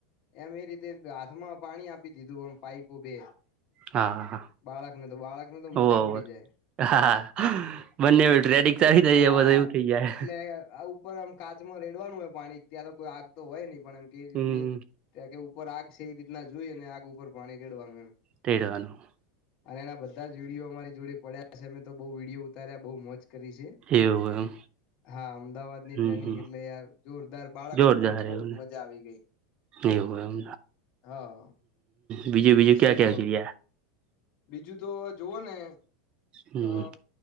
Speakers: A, on the left; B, on the right.
A: એમ એ રીતે હાથમાં પાણી આપી દીધું એમ પાઈપો બે
B: હા હા
A: બાળકને તો બાળકને તો
B: હોવે
A: મજા પડી
B: હોવે.
A: જાય.
B: હા બંને ટ્રેડિક
A: તો એ
B: સારી થઈ
A: હા
B: જાય બધુ એવું થઇ જાય.
A: એટલે આ ઉપર આમ કાચમાં રેડવાનું હોય પાણી ત્યારે કોઈ આગ તો હોય નહી પણ એમ કેવી રીતની
B: હમ
A: ત્યાં કે ઉપર આગ છે એ રીતના જોઈને અને આગ ઉપર પાણી રેડવાનું એમ.
B: તેડવાનું
A: અને એના બધા જ વિડીયો અમારી જોડે પડ્યા. પાછ અમે તો બઉ વિડીયો ઉતાર્યા બહુ મોજ કરી છે
B: એવું એમ
A: હા અમદાવાદની
B: હમ
A: ટ્રેનિંગ
B: હમ
A: એટલે યાર જોરદાર બાળક
B: જોરદાર
A: ને તો બઉજ
B: એવુંને
A: મજા આવી ગઈ.
B: એવું એમ
A: હા
B: બીજું બીજું ક્યાં
A: શું
B: કેવા
A: કો
B: છે ાર
A: બીજું તો જુવો ને
B: હમ
A: અ